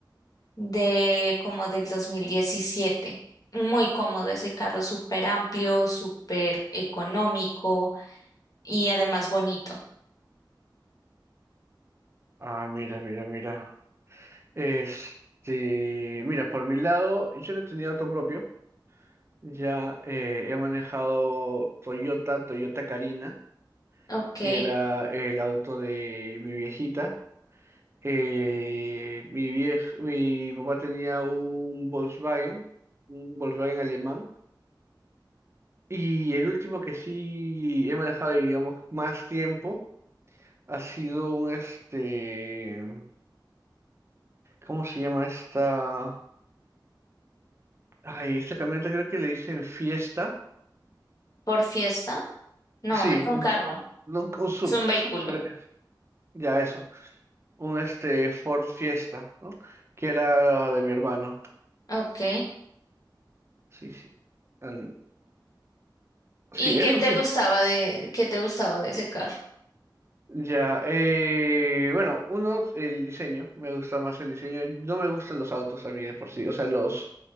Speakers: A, on the left (about 50°); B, on the right (about 35°).
A: de como del dos mil diecisiete Muy cómodo ese carro, súper amplio, súper económico y además bonito.
B: Ah, mira, mira, mira. Este, mira, por mi lado, yo no tenía auto propio. Ya eh, he manejado Toyota, Toyota Carina,
A: Ok,
B: que era el auto de mi viejita. Eh, mi viejo, mi papá tenía un Volkswagen, un Volkswagen alemán. Y el último que sí he manejado, digamos, más tiempo ha sido un este, ¿cómo se llama esta? Ay, esta camioneta creo que le dicen Fiesta.
A: por fiesta. No,
B: Sí,
A: es un
B: un,
A: carro,
B: f- no, un, un sub,
A: es un vehículo.
B: sub creo que es. Ya eso, un este Ford Fiesta, ¿no? Que era de mi hermano.
A: Ok.
B: Sí, sí. An-
A: ¿Y
B: sí,
A: qué
B: era
A: te
B: un sub.
A: gustaba de, qué te gustaba de ese carro?
B: Ya, eh, bueno, uno, el diseño, me gusta más el diseño, no me gustan los autos a mí de por sí, o sea, los,